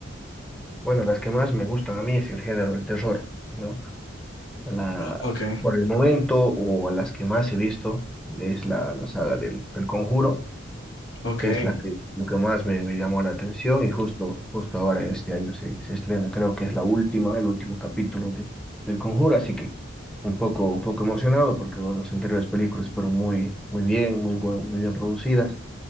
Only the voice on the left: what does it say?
O- Ok,
ok.